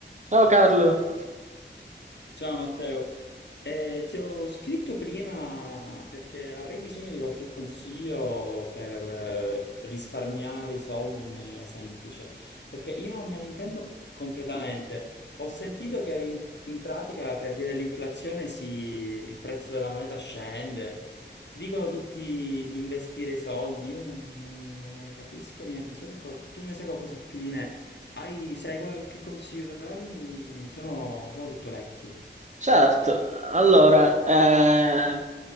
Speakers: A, on the right; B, on the left.
A: Ciao Carlo,
B: Ciao Matteo, Eh, ti ho scritto prima perché avrei bisogno di qualche consiglio per eh, risparmiare i soldi in maniera semplice, perché io non me ne intendo completamente. Ho sentito che in, in pratica per via dell'inflazione si- il prezzo della moneta scende, dicono tutti di investire i soldi, io non, non- non ne capisco niente, so che qual- tu ne sai qualcosa più di me. Hai, se hai qualche consiglio da darmi, sono, sono tutto orecchi.
A: certo, allora, eh,